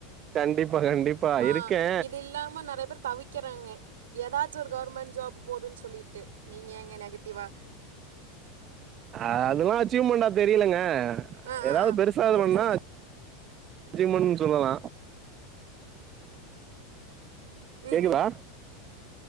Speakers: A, on the right; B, on the right.
A: கண்டிப்பா கண்டிப்பா
B: ஆ
A: இருக்கே
B: இது இல்லாம நறையா பேர் தவி க்கெறாங்க எதாச்சு ஒரு கவர்மண்ட் ஜாப் போதுன்னு சொல்லிட்டு நீங்க எங்க நெகட்டிவ்வா
A: ஆ அதெல்லா அச்சீவ்மெண்டா தெரிலங்க
B: ஆ
A: எதாவு
B: ஆ ஆ
A: பெருசா இது
B: புரிஞ்சுதுங்க
A: பண்ணா அச்சீவ்மென்ட் ன்னு சொல்லலா
B: ம்
A: கேக்குதா
B: ம்